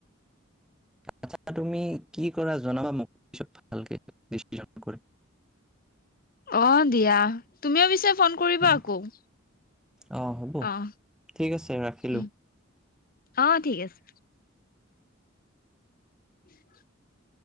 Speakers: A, in the centre; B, on the left.
A: আচ্ছা তুমি কি কৰা জনাবা মোক পিছত ভালকে ডিচিছন কৰি।
B: অ' দিয়া তুমিও পিছে ফন কৰিবা
A: উম,
B: আকৌ।
A: অ', হ'ব
B: অ'
A: ঠিক আছে ৰাখিলোঁ।
B: উম। অ' ঠিক আছে। <inaudible>